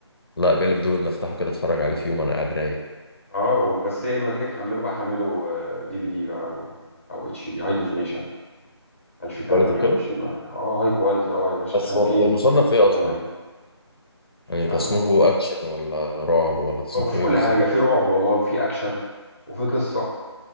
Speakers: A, on the left; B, on the left.
A: لا جالي فضول ان افتحه كده اتفرج عليه في يوم انا قاعد رايق
B: اه بس ايه لما تيجي تحمله بقى حمله آه، دي في دي بقى او او اتش دي هاي ديفينيشن 1028
A: كواليتي وكده
B: ولا اه هاي كواليتي اه يا باشا
A: بس
B: عشان
A: هو
B: في
A: هو مصنف ايه اصلا
B: الوان
A: يعني
B: اهو
A: تصنيفه اكشن ولا رعب ولا تصنيفه
B: بقى في
A: ايه
B: كل
A: بالظبط
B: حاجه في رعب والله وفي اكشن وفي قصه